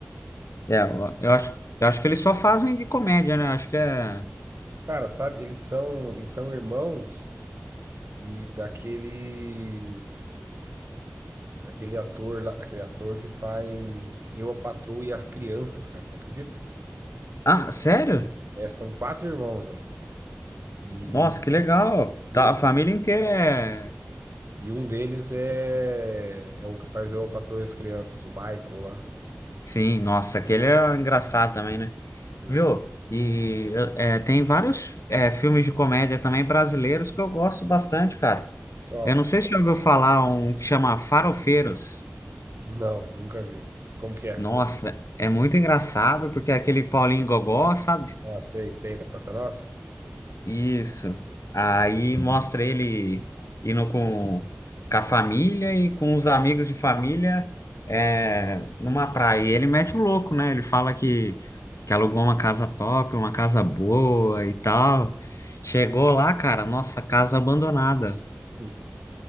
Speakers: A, on the left (about 85°); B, on the right (about 60°).
A: É, eu eu acho, eu acho que eles só fazem de comédia, né? Eu Acho que é...
B: Cara, sabe, eles são, eles são irmãos e daquele Daquele ator lá, daquele ator que faz Eu, a Patroa e as Crianças, cara, você acredita?
A: Ah, sério?
B: É, são quatro irmãos, velho. E,
A: Nossa,
B: um-
A: que legal.
B: e
A: Tá,
B: um
A: a família inteira é...
B: e um deles é, é o que faz Eu, a Patroa e as Crianças, o Michael lá.
A: Sim, nossa, aquele é engraçado também, né?
B: O-
A: Viu? E é, tem vários é, filmes de comédia também brasileiros que eu gosto bastante, cara.
B: Qual?
A: Eu não sei se você já ouviu falar um que chama Farofeiros.
B: Não, nunca vi. Como que é?
A: Nossa, é muito engraçado porque é aquele Paulinho Gogó, sabe?
B: Ah, sei, sei, da Praça Nossa?
A: Isso. Aí mostra ele indo com, com a família e com os amigos de família é, numa praia. E ele mete o louco, né? Ele fala que, que alugou uma casa top, uma casa boa e tal. Chegou lá, cara, nossa, casa abandonada.
B: Hum.